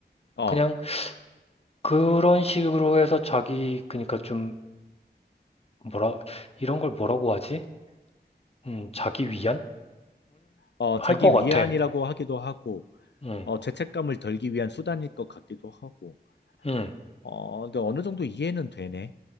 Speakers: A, on the left (about 80°); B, on the left (about 35°).
A: 어,
B: 그냥 그런 식으로 해서 자기, 그러니까 좀, 뭐라, 이런 걸 뭐라고 하지? 음, 자기 위안을
A: 어,
B: 할
A: 자기
B: 것 같아.
A: 위안이라고 하기도 하고,
B: 음,
A: 어, 죄책감을 덜기 위한 수단일 것 같기도 하고.
B: 음.
A: 어, 근데 어느 정도 이해는 되네.